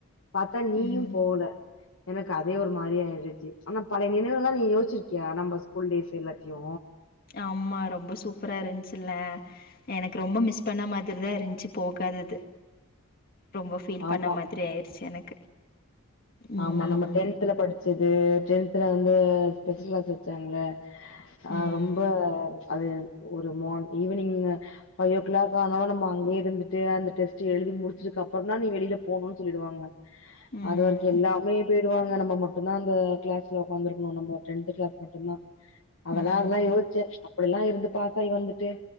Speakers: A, on the left; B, on the left.
A: பாத்தா நீயும்
B: ம்
A: போல எனக்கு அதே ஒரு மாதிரி ஆயிடுச்சு ஆனா பழைய நினைவுல்லா நீ யோச்சுருக்கியா நம்ம ஸ்கூல் டேஸ் எல்லாத்தையு
B: ஆமா ரொம்ப சூப்பரா இருந்துச்சுல எனக்கு ரொம்ப மிஸ் பண்ண மாதிரி தா இருந்துச்சு போகாதது ரொம்ப ஃபீல் பண்ண
A: ஆமா
B: மாதிரி ஆயிருச்சு எனக்கு ம்
A: ஆமா நம்ம டென்த்துல படிச்சது டென்த்துல வந்து ஸ்பெஷல் க்ளாஸ் வச்சாங்கல ஆ
B: ம்
A: ரொம்ப அது ஒரு மான் ஈவினிங்கு ஃபைவ் ஓ க்ளாக் ஆனாலு நம்ம அங்கயே இருந்துட்டு அந்த டெஸ்ட் எழுதி முடிச்சதுக்கு அப்பறந்தா நீ வெளில போணுன்னு சொல்லிடுவாங்க
B: ம்
A: அது வரைக்கு அப்பையே போய்ருவாங்க நம்ம மட்டுந்தா அந்த க்ளாஸ்ல ஒக்காந்து இருக்கணு நம்ம டென்த்து க்ளாஸ் மட்டுந்தா அதல்லா
B: ம்
A: அதல்லா யோச்சே இப்டில்லா இருந்து பாசாகி வந்துட்டு